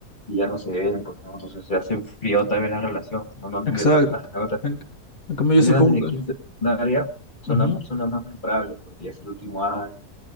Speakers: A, on the left; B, on the left.
A: y ya no se ven, pues, ¿no? Entonces ya se enfrió tal vez la relación, no, no han
B: Exacto.
A: vivido tantas anécdotas.
B: En, en cambio,
A: Las
B: yo supongo
A: anécdotas de
B: que...
A: quinto y secundaria son,
B: Ujú.
A: la- son las más memorables, porque ya es el último año,